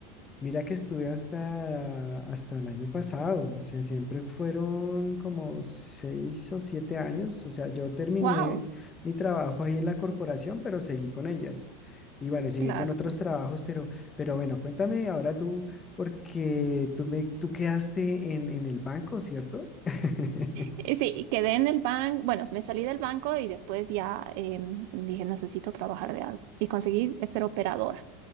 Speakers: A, on the left (about 20°); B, on the right (about 60°).
A: mira que estuve hasta, hasta el año pasado, o sea, siempre fueron como seis o siete años, o sea, yo terminé
B: Wow.
A: mi trabajo ahí en la corporación, pero seguí con ellas. Y bueno, y seguí
B: Claro.
A: con otros trabajos, pero, pero bueno, cuéntame ahora tú, porque tú me, tú quedaste en, en el banco, ¿cierto? <laughs>
B: Y Sí, y quedé en el banco, bueno, me salí del banco y después ya em, dije, necesito trabajar de algo. Y conseguí ser operadora.